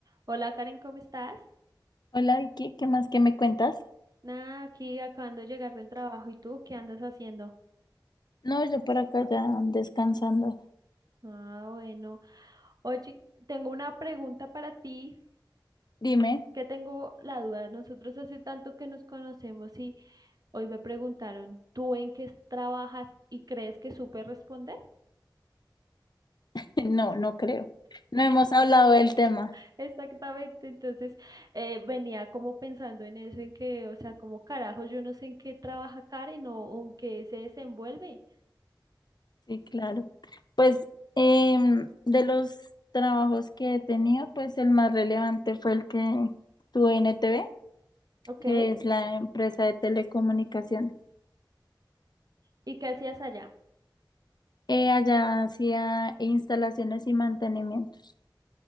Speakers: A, on the right; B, on the left.
A: Hola Karen, ¿cómo estás?
B: Hola Vicky, ¿qué más que me cuentas?
A: Nada, aquí acabando de llegar del trabajo. ¿Y tú qué andas haciendo?
B: No, yo por acá ya descansando.
A: Ah, bueno. Oye, tengo una pregunta para ti,
B: Dime,
A: que tengo la duda. Nosotros hace tanto que nos conocemos y hoy me preguntaron, ¿tú en qué trabajas y crees que supe responder?
B: <laughs> no, no creo. No hemos hablado del tema.
A: <laughs> Exactamente. Entonces, eh, venía como pensando en eso, en que, o sea, como carajo, yo no sé en qué trabaja Karen o en qué se desenvuelve.
B: Sí, claro. Pues em, de los trabajos que he tenido, pues el más relevante fue el que tuve en ETV,
A: Ok.
B: que es la empresa de telecomunicaciones.
A: ¿Y qué hacías allá?
B: Eh, allá hacía instalaciones y mantenimientos.